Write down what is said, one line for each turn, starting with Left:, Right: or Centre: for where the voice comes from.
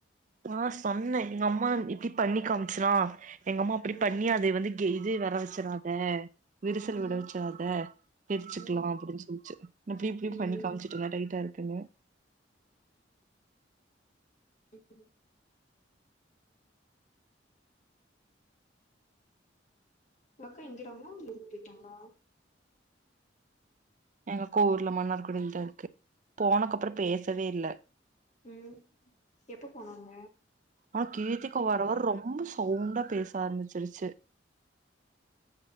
Right: ஆ சொன்னே எங்க அம்மா இப்பிடி பண்ணி காமிச்சுனா எங்க அம்மா அப்புடி
Left: ம்
Right: பண்ணி அது வந்து இங்கே இது வர வச்சறாத விரிசல்
Left: ம்
Right: விட வச்சிடாத தெச்சுக்கலா
Left: ம்
Right: அப்புடின்னு சொல்ச்சு அப்படி இப்புடி
Left: ம்
Right: பண்ணி காமிச்சிட்டுருந்தே டைட்டாருக்குன்னு
Left: <inaudible> அக்கா எங்க <unintelligible> ஊருக்கு போயிட்டாங்களா
Right: எங்கக்கா ஊர்ல மன்னார்குடியில தா இருக்கு போனக்கு அப்புறோ பேசவே இல்ல
Left: ம் எப்போ போனாங்க
Right: ஆ கீர்த்திகா வர வர ரொம்ப சவுண்டா பேச ஆரம்பிச்சிருச்சு